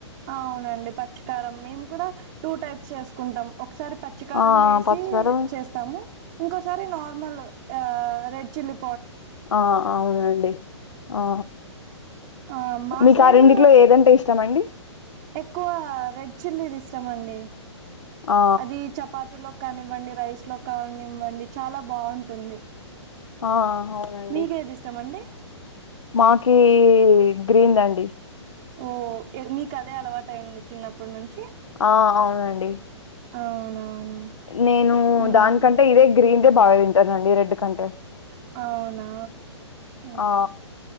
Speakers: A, on the right; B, on the left.
A: అవునండి పచ్చకారం మేము కూడా టూ టైప్స్ చేసుకుంటాం ఒకసారి పచ్చికారం
B: ఆ ఆ!
A: వేసి
B: పచ్చికారం
A: చేస్తాము ఇంకోసారి నార్మల్ ఆ రెడ్ చిల్లి
B: ఆ అవునండి ఆ
A: ఆ మా
B: మీకు
A: సైడు
B: ఆ రెండింటిలో ఏదంటే ఇష్టం అండి
A: ఎక్కువ రెడ్ చిల్లీది ఇష్టమండి
B: ఆ
A: అది చపాతిలో క్కనివ్వండి రైస్ లో కా కానివ్వండి చాలా బాగుంటుంది
B: ఆ అవునండి
A: మీకేది ఇష్టం అండి
B: మాకి గ్రీన్ దండి
A: ఓ మీకు అదే అలవాట అయింది చిన్నప్పటి నుంచి
B: ఆ అవునండి
A: అవునవును
B: నేను
A: ఉమ్,
B: దానికంటే ఇదే గ్రీన్ ఇదే బాగా తింటనండి రెడ్ కంటే
A: అవునా ఓకే
B: ఆ